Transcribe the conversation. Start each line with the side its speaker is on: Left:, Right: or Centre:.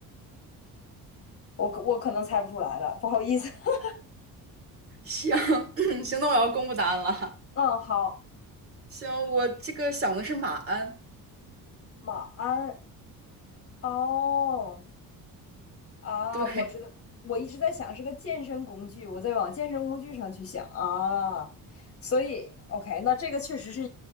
Left: 我我可能猜不出来了，不好意思。<laughs>
Right: 行，<coughs> <clears throat> 行，那我要公布答案了
Left: 嗯，好，
Right: 行，我这个想的是马鞍。
Left: 马鞍哦啊，
Right: 对，
Left: 我知道，我一直在想是个健身工具，我在往健身工具上去想啊，所以 OK，那这个确实是